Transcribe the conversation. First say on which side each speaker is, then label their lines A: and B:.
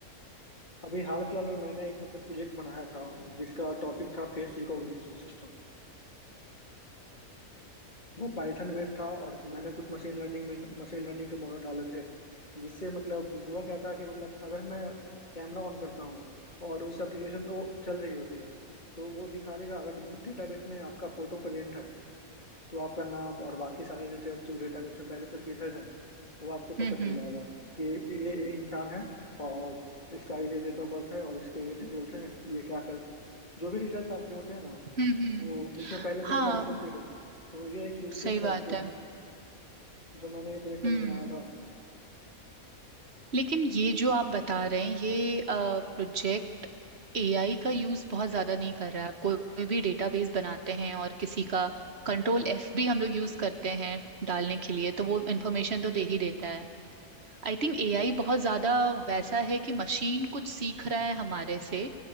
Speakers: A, on the left (about 30°); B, on the right (about 45°).
A: अभी हाल फिलहाल में मैंने एक मतलब प्रोजेक्ट बनाया था जिसका टॉपिक था फेस रिकॉग्निशन सिस्टम वो पाइथन बेस्ड था और मैंने कुछ मशीन लर्निंग में मशीन लर्निंग के मॉडल डाले थे जिससे मतलब हुआ क्या था कि मतलब अगर मैं कैमरा ऑन करता हूँ और उस एप्लीकेशन वो चल रही होती है तो वो दिखा देगा अगर डेटाबेस में आपका फोटो प्रेजेंट है तो आपका नाम और बाकी सारे डिटेल्स जो डेटाबेस में पहले से फीडर हैं वो आपको
B: हम्म
A: पता चल
B: हम्म
A: जाएगा कि ये ये इंसान है और इसका ये डेट ऑफ बर्थ है और इसके ये डिटेल्स हैं ये क्या कर जो भी डिटेल्स आपके होते हैं ना
B: हम्म हम्म।
A: वो जिसमें पहले से
B: हाँ
A: डेटाबेस में फीड हो तो ये एक यूज केस
B: सही बात
A: है जो
B: है
A: जो मैंने ये प्रोजेक्ट
B: हम्म
A: अभी बनाया था
B: लेकिन ये जो आप बता रहे हैं ये प्रोजेक्ट एआई का यूज बहुत ज्यादा नहीं कर रहा है कोई भी डेटाबेस बनाते हैं और किसी का कंट्रोल एफ भी हम लोग यूज करते हैं डालने के लिए तो वो इन्फॉर्मेशन तो दे ही देता है आई थिंक एआई बहुत ज्यादा वैसा है कि मशीन कुछ सीख रहा है हमारे से